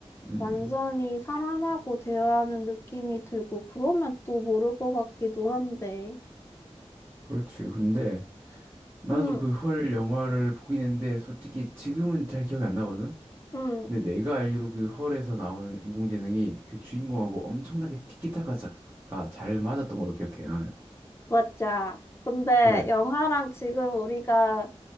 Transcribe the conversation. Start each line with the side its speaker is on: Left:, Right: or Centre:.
Right: 음.
Left: 완전히 사람하고 대화하는 느낌이 들고 그러면 또 모를 것 같기도 한데.
Right: 그렇지. 근데 나도
Left: 음.
Right: 그 헐 영화를 보긴 했는데 솔직히 지금은 잘 기억이 안 나거든.
Left: 음.
Right: 근데 내가 알기로 그 헐에서 나오는 인공지능이 그 주인공하고 엄청나게 티키타카가 잘 맞았던 걸로 기억해 나는.
Left: 맞아. 근데
Right: 그래.
Left: 영화랑 지금 우리가